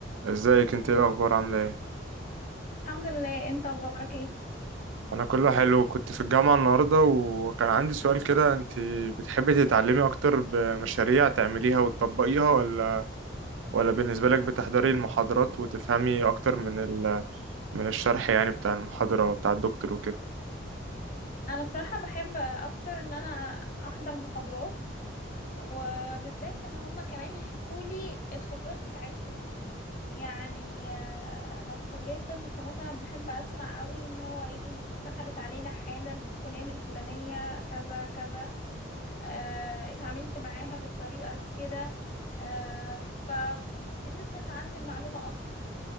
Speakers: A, on the right; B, on the left.
A: ازيك انت ايه الاخبار عامله ايه
B: الحمد لله انت اخبارك ايه
A: انا كله حلو كنت في الجامعه النهارده وكان عندي سؤال كده انت بتحبي تتعلمي اكتر بمشاريع تعمليها وتطبقيها ولا ولا بالنسبه لك بتحضري المحاضرات وتفهمي اكتر من ال... من الشرح يعني بتاع المحاضره بتاع الدكتور وكده
B: انا بصراحة بحب اكتر ان انا احضر محاضرات وبالذات لما هم كمان يحكوا لي الخبرات بتاعتهم يعني آه، انا في كلية طب فمثلا بحب اسمع قوي ان هو ايه دخلت علينا حالة الفلان الفلانية كذا كذا اه اتعاملت معاها بالطريقة كده اه فبتثبت عندي المعلومة اكتر